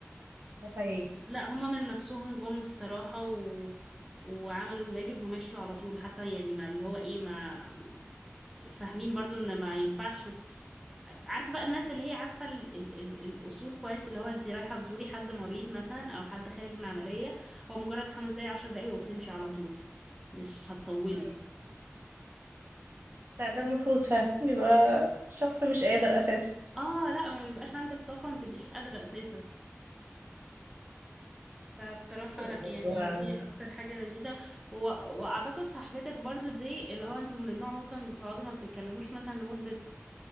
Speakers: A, on the right (about 50°); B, in the centre.
A: ده حقيقي
B: لا هما من نفسهم جم الصراحة و... وعملوا الواجب ومشوا على طول حتى يعني ما اللي هو ايه ما فاهمين برضو ان ما ينفعش عارفه بقى الناس اللي هي عارفه ال ال ال الاصول كويس اللي هو انت رايحه تزوري حد مريض مثلا او حد خارج من عمليه هو مجرد خمس دقايق عشر دقايق وبتمشي على طول مش هتطولي
A: مم. لا ده المفروض فعلا بيبقى شخص مش قادر اساسا
B: اه لا ما بيبقاش عندك طاقه ما تبقيش قادره اساسا فالصراحه
A: لا،
B: لا
A: الموضوع
B: يعني دي اكتر حاجه لذيذه و... واعتقد صاحبتك برضو دي اللي هو انتوا من النوع ممكن تقعدوا ما بتتكلموش مثلا لمده